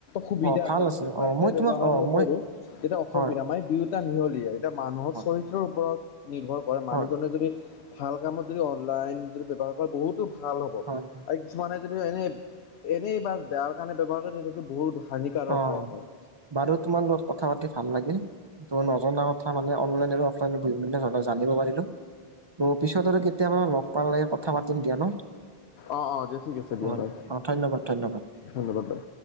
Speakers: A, on the left; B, on the right.
A: সুবিধা
B: অ ভাল
A: আছে, আমি
B: অ
A: ভালকে
B: মই তোমাক
A: ব্যাৱহাৰ
B: অ
A: নকৰোঁ
B: মই
A: তেতিয়া অসুবিধা
B: হয়
A: মে দুয়ো এটা মিহলি, এতিয়া মানুহৰ
B: হয়
A: চৰিত্ৰৰ ওপৰত নিৰ্ভৰ কৰে মানুহজনে
B: হয়
A: যদি ভাল কামত যদি অনলাইন যদি ব্যৱহাৰ কৰে বহুতো ভাল হ'ব
B: হয়
A: আৰু কিছুমানে যে এনেই এনেই বা বেয়াৰ কাৰণে ব্যৱহাৰ কৰে তে এইটো বহুত হানিকাৰক
B: অ
A: হয়।
B: বাৰু তোমাৰ লগত কথা পাতি ভাল লাগিল। ত' নজনা কথা মানে অনলাইন আৰু অফলাইন বিভিন্ন ধৰণ জানিব পাৰিলোঁ, ত' পিছত আৰু কেতিয়াবা লগ পালে কথা পাতিম দিয়া ন'।
A: অ', অ' দিয়া ঠিক আছে দিয়া
B: অ
A: বাই।
B: অ ধন্যবাদ ধন্যবাদ
A: ধন্যবাদ বাই।